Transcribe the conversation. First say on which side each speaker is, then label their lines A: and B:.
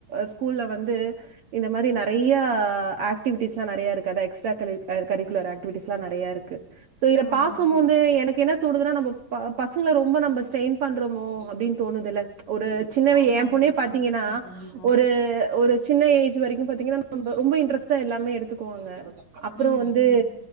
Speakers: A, on the right; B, on the left.
A: ஸ்கூல்ல வந்து இந்த மாரி நறைய ஆக்டிவிட்டிஸ்லா நறைய இருக்கு அதா எக்ஸ்ட்ரா கலி கரிக் குலர் ஏக்டிவிட்டிஸ்லா நறையா இருக்கு சோ இத
B: ஆமா
A: பாக்கும்
B: ஆமா
A: போது எனக்கு என்ன தோணுதுனா நம்ப ப பசங்கள ரொம்ப நம்ம ஸ்டெயின் பண்றமோ அப்டின் தோணுதுல ஒரு சின்னவ
B: ஆமா
A: எம்
B: ஆமா
A: பொண்ணே பாத்திங்கனா
B: கண்டிப்பா கண்டிப்பா
A: ஒரு ஒரு சின்ன ஏஜ் வரைக்கு பாத்திங்கனா நம்ம ரொம்ப இன்டரஸ்டா எல்லாமே எடுத்துக்குவாங்க அப்புறம்
B: ம்
A: வந்து
B: ம்